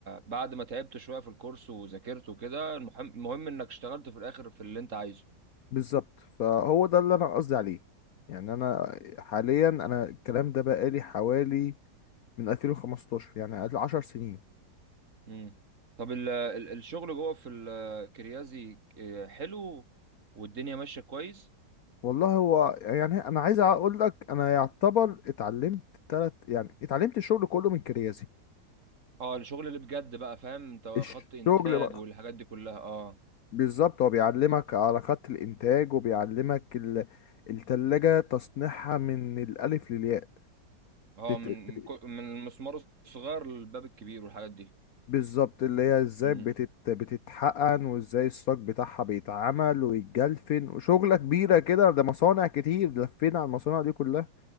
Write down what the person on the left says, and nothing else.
بالظبط فهو ده اللي انا قصدي عليه يعني انا حاليا انا الكلام ده بقالي حوالي من 2015 يعني قبل 10 سنين
والله هو يعني انا عايز اقول لك انا يعتبر اتعلمت تلت يعني اتعلمت الشغل كله من كريازي
الشغل
بقى
بالظبط هو بيعلمك على خط الإنتاج وبيعلمك ال... التلاجة تصنيعها من الألف للياء
تت...
بت-
بالظبط اللي هي ازاي
بتت... بتتحقن وازاي الصاج بتاعها بيتعمل ويتجلفن وشغلة كبيرة كده ده مصانع كتير لفينا على المصانع دي كلها